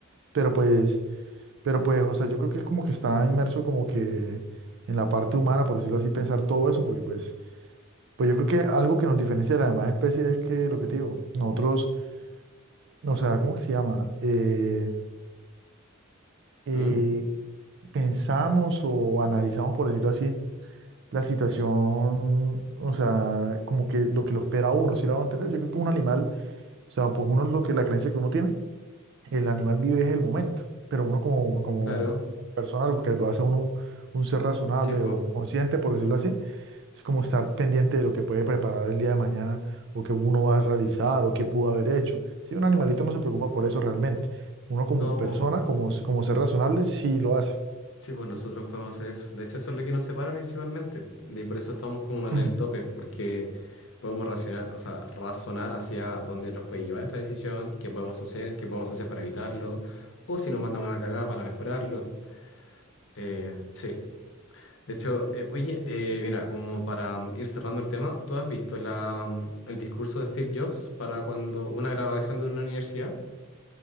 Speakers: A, on the right; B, on the left.
A: Pero pues... Pero pues, o sea, yo creo que es como que está inmerso como que en la parte humana, por decirlo así, pensar todo eso, porque pues, pues yo creo que algo que nos diferencia de las demás especies es que, lo que te digo, nosotros, no, o sea, ¿cómo que se llama? Eh, eh,
B: ¿Mm?
A: pensamos o analizamos, por decirlo así, la situación, o sea, como que lo que lo espera a uno, si lo va a entender? Yo creo que un animal, o sea, pues uno es lo que, la creencia que uno tiene, el animal vive es el momento, pero uno como, como
B: Claro.
A: persona, lo que lo hace uno un ser razonable
B: Sí, pues.
A: o consciente, por decirlo así, es como estar pendiente de lo que puede preparar el día de mañana o que uno va a realizar o qué pudo haber hecho. Si un animalito no se preocupa por eso realmente, uno como
B: No,
A: persona,
B: pues.
A: como, como ser razonable, sí lo hace.
B: Sí, pues nosotros podemos hacer eso. De hecho, eso es lo que nos separa principalmente. Y por eso estamos como en
A: <clears throat>
B: el tope, porque podemos racionar, o sea, razonar hacia dónde nos puede llevar esta decisión, qué podemos hacer, qué podemos hacer para evitarlo, o si nos mandamos una cagada para mejorarlo. Eh, sí. De hecho, eh, oye, eh, mira, como para mm, ir cerrando el tema, ¿tú has visto la, mm, el discurso de Steve Jobs para cuando una graduación de una universidad?